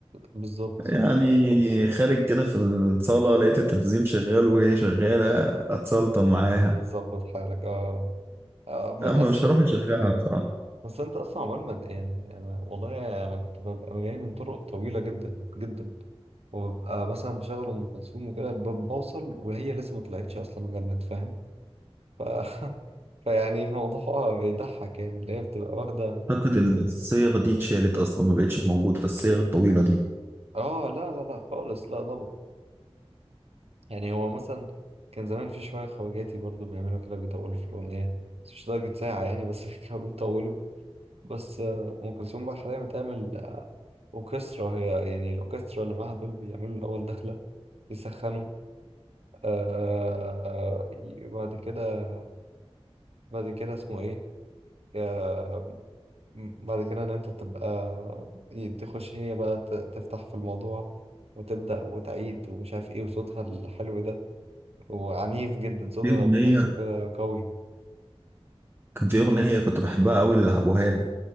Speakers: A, on the right; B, on the right.
A: بالظبط
B: يعني خارج كده في الصاله لقيت التلفزيون شغال وهي شغاله اتسلطن معاها
A: تظبط حالك اه آه، بس
B: اما
A: اصل
B: مش هروح اشغلها بصراحه
A: بس انت اصلا عمال ما يعني انا والله انا كنت ببقى جاي من طرق طويله جدا جدا وببقى مثلا بشغل ام كلثوم وكده ب- بوصل وهي لسه ما طلعتش اصلا غنت فاهم ف <laughs> فيعني الموضوع بيضحك يعني اللي هي بتبقى واخده
B: اعتقد الصيغ دي اتشالت اصلا ما بقتش موجوده الصيغ الطويله دي
A: اه لا لا لا خالص لا طبعا يعني هو مثلا كان زمان في شويه خواجاتي برضو بيعملوا كده بيطولوا في الاغنيه بس مش لدرجه ساعه يعني بس <laughs> كانوا بيطولوا بس آه، أم كلثوم بقى حاليا بتعمل آه، أوركسترا هي يعني الأوركسترا اللي معاها دول بيعملوا الأول دخلة يسخنوا آه ي- بعد كده بعد كده اسمه إيه يا- م- بعد كده إن أنت تبقى ي- تخش هي بقى ت- تفتح في الموضوع وتبدأ وتعيد ومش عارف إيه وصوتها الحلو ده وعنيف جدا صوتها
B: في اغنيه
A: تحسه كده قوي
B: كان في اغنيه كنت بحبها قوي لعبد الوهاب